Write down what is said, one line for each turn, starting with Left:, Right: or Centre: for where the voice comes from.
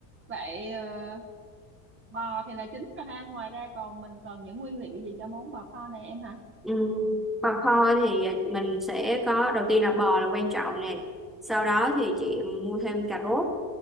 Right: vậy ờ, bò thì là chính rồi ha ngoài ra còn mình cần những nguyên liệu gì cho món bò kho này em hả
Centre: ừm, bò kho thì mình sẽ có đầu tiên là bò là quan trọng nè. Sau đó thì chị mua thêm cà rốt